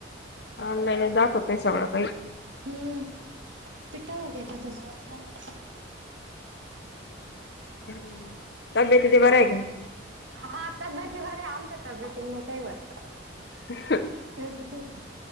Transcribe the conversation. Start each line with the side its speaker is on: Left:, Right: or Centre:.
Left: ऑनलाइनच दाखवतय सगळं काही.
Right: हम्म. पिटा हो ज्याच्यातच.
Left: हम् तब्येती तेे बरं हाय का?
Right: हा तब्येती बर्‍या आहे आमच्या तब्येतीला नाही काही व्हत.
Left: ह <inaudible>
Right: ह <inaudible>